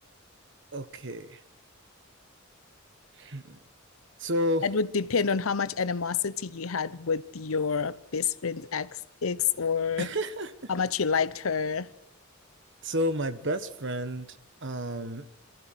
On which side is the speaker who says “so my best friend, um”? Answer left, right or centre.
Right